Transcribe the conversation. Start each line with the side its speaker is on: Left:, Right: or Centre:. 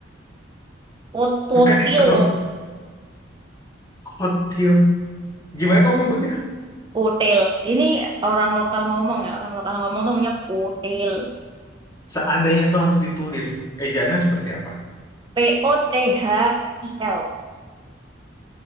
Right: Pot potil.
Left: <laughs> Bukan itu. Kutil. Gimana kamu nyebutnya?
Right: Potel. Ini orang lokal ngomong ya, orang lokal ngomong tuh namanya potel.
Left: Seandainya itu harus ditulis, ejaannya seperti apa?
Right: P O T H I L.